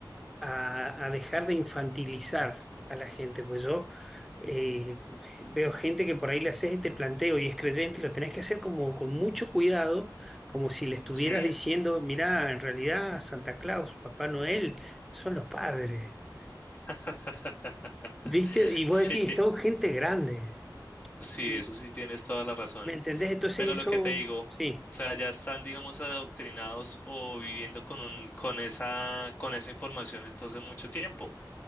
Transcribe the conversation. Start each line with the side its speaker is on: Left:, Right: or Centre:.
Centre: a, a dejar de infantilizar a la gente, pues yo eh, veo gente que por ahí le haces este planteo y es creyente y lo tenés que hacer como con mucho cuidado, como si le estuvieras
Left: Sí,
Centre: diciendo, mirá, en realidad Santa Claus, Papá Noel, son los padres,
Left: <laughs>
Centre: ¿viste? Y vos
Left: sí,
Centre: decís, son gente grande,
Left: sí,
Centre: Y,
Left: eso sí tienes toda la razón.
Centre: ¿me entendés? Entonces
Left: Pero
Centre: eso,
Left: lo que te digo, o
Centre: sí.
Left: sea, ya están, digamos, adoctrinados o viviendo con un, con esa, con esa información entonces mucho tiempo.